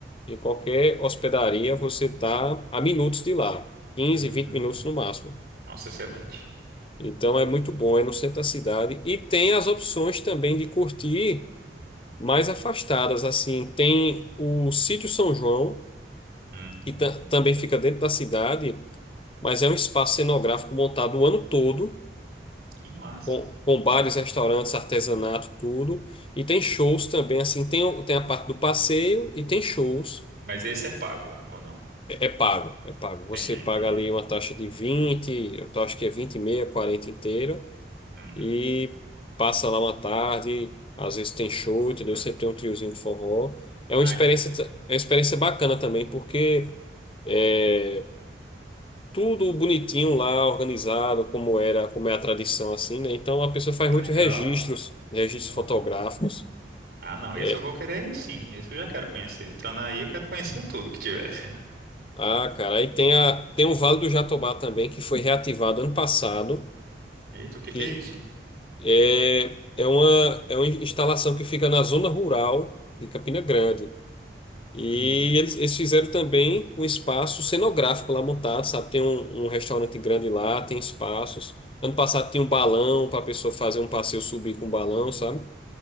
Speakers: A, on the left; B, on the right.
A: em qualquer hospedaria, você está a minutos de lá, quinze,
B: Hum.
A: vinte minutos no máximo.
B: Nossa, excelente.
A: Então é muito bom, é no centro da cidade. E tem as opções também de curtir. mais afastadas, assim. Tem o Sítio São João,
B: Hum.
A: que ta- também fica dentro da cidade, mas é um espaço cenográfico montado o ano todo,
B: Que massa.
A: com, com bares, restaurantes, artesanato, tudo. E tem shows também, assim, tem, o- tem a parte do passeio e tem shows.
B: Mas esse é pago, ou não?
A: É, é pago, é pago. Você
B: Entendi,
A: paga
B: entendi.
A: ali uma taxa de vinte eu acho que é 20 e meia, 40 inteira.
B: Uhum.
A: e passa lá uma tarde, às vezes tem show, entendeu? Sempre tem um triozinho de forró. É uma
B: Ah,
A: experiência,
B: então,
A: é uma experiência bacana também, porque é tudo bonitinho lá, organizado, como era, como é a tradição assim, né? Então a pessoa faz
B: que
A: muitos
B: legal.
A: registros, registros
B: Uhum.
A: fotográficos.
B: Ah, não, esse
A: É.
B: eu vou querer ir, sim. Esse eu já quero conhecer. Entrando aí, eu quero conhecer tudo que tiver.
A: Ah, cara, aí tem a, tem o Vale do Jatobá também, que foi reativado ano passado,
B: Eita, o que
A: que
B: que é isso?
A: é, é uma, é uma instalação que fica na zona rural de Campina Grande. E
B: Hum.
A: eles, eles fizeram também um espaço cenográfico lá montado, sabe? Tem um, um restaurante grande lá, tem espaços. Ano passado tinha um balão para a pessoa fazer um passeio subir com um balão, sabe?